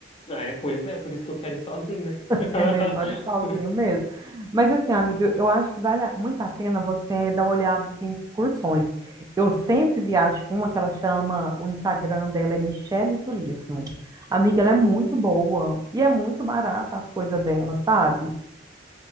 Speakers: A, on the left; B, on the right.
A: Ah, É, pois é, por isso que eu quero ir sozinho, né? <laughs>
B: É melhor ir sozinho mesmo. Mas assim, amiga, eu acho que vale muito a pena você dar uma olhada em excursões. Eu sempre viajo com uma que ela chama, o Instagram dela é Michele Turismo. Amiga, ela é muito boa e é muito barata as coisas dela, sabe?